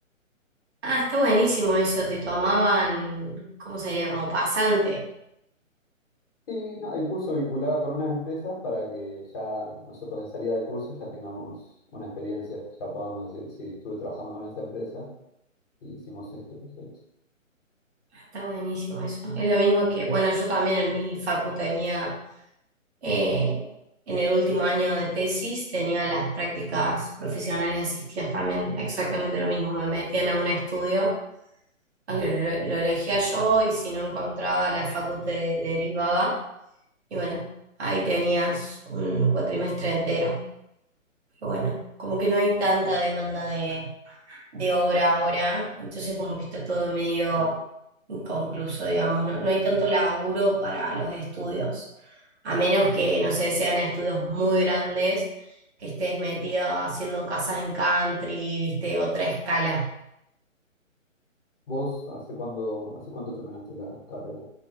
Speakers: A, on the right (about 55°); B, on the left (about 45°).
A: Ah, está buenísimo eso, te tomaban, ¿cómo se diría? Como pasante.
B: Sí, no, el curso vinculaba con unas empresas para que ya nosotros de salida del curso ya tengamos una experiencia, ya podamos decir, sí, estuve trabajando con esa empresa y hicimos este proyecto,
A: Ah, Está buenísimo eso. Es lo mismo que, bueno, yo también en mi facu tenía, eh, en el último año de tesis, tenía las prácticas profesionales asistidas también, exactamente lo mismo. Me metían a un estudio, lo, lo- lo elegía yo y si no encontraba la facu te derivaba. Y bueno, ahí tenías un cuatrimestre entero. Pero bueno, como que no hay tanta demanda de, de obra ahora, entonces como que está todo medio
B: ¿no?
A: inconcluso, digamos, no, no hay tanto laburo para los estudios, a menos que, no sé, sean estudios muy grandes, que estés metido haciendo casas en country, viste, otra escala.
B: ¿Vos hace cuándo, hace cuánto terminaste la carrera?